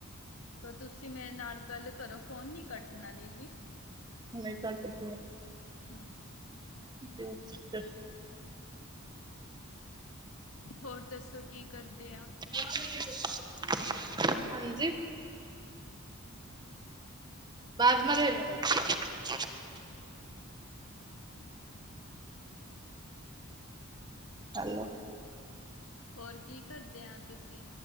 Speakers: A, on the left; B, on the right.
A: ਤਾਂ ਤੁਸੀਂ ਮੇਰੇ ਨਾਲ ਗੱਲ ਕਰੋ, ਫੋਨ ਨੀ ਕੱਟਣਾ ਦੀਦੀ।
B: ਨਹੀ ਕਾਦ ਕਟਯਾ?
A: ਹੂੰ।
B: <unintelligible>
A: ਹੋਰ ਦੱਸੋ ਕੀ ਕਰਦੇ ਆ?
B: <unintelligible> ਹਾਂਜੀ। <unintelligible> ਹੋਲੈ।
A: ਹੋਰ ਕੀ ਕਰਦੇ ਆ ਤੁਸੀਂ,